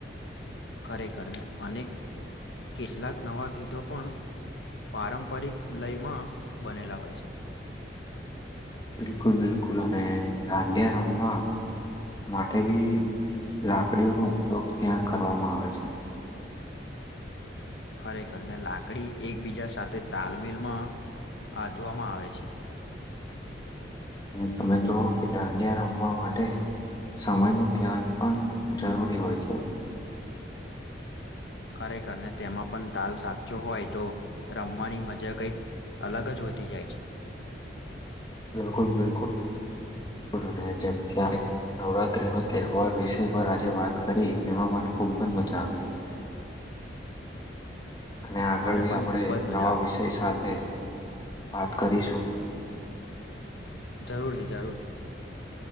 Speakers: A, on the left; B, on the left.
A: ખરેખરને અને કેટલાક નવા ગીતો પણ પારંપરિક લયમાં બનેલા હોય છે.
B: બિલકુલ-બિલકુલ અને દાંડિયા રમવા માટે બી લાકડીઓનો ઉપયોગ ત્યાં કરવામાં આવે છે.
A: ખરેખરને લાકડી એકબીજા સાથે તાલમેલમાં આતવામાં આવે છે.
B: તમે જુવ કે દાંડિયા રમવા માટે- સમયનું ધ્યાન પણ જરૂરી હોય છે.
A: ખરેખર ને તેમાં પણ દાલ સાચો હોય તો રમવાની મજા કઈક અલગ જ વધી જાય છે.
B: બિલકુલ. બિલકુલ. અને જેમ છે નવરાત્રી નો તહેવાર વિષય પર આજે વાત કરી એમાં મને ખુબ મજા આવી. અને આગળ
A: મને
B: બી
A: પણ
B: આપણે
A: ખૂબ જ મજા
B: નવા
A: આવી
B: વિષય સાથે વાત કરીશું
A: જરૂરથી જરૂરથી